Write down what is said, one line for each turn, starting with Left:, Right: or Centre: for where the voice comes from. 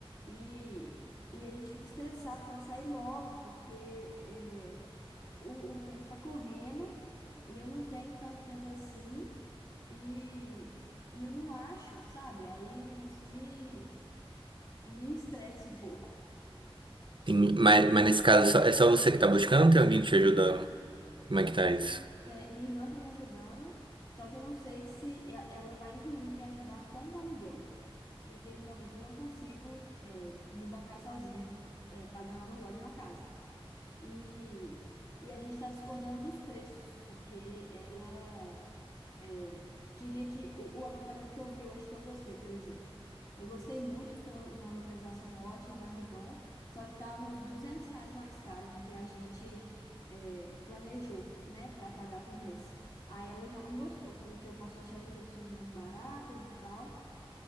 Left: E, e a gente fica estressado para sair logo porque é, o, o tempo tá correndo e eu não tenho tanto tempo assim e, e eu não acho, sabe? Aí isso me, me estressa um pouco.
Right: Tem- mas, mas nesse caso, é só- é só você que tá buscando? Tem alguém que te ajuda? Como é que tá isso?
Left: É, minha irmã tá me ajudando, só que eu não sei se e- ela vai, inclusive, me ajudar com o aluguel, porque no momento eu não consigo, é, me bancar sozinha, é, pagando aluguel de uma casa. E, e a gente tá discordando dos preços, porque ela. É, queria que o, o apartamento que eu vi hoje, que eu gostei, por exemplo. Eu gostei muito, fica no- numa localização ótima, um bairro bom, só que tá uns 200 reais mais caro do que a gente é, planejou, né, para pagar por mês. Aí ela já não gostou, falou que eu posso achar outras opções mais baratas e tal,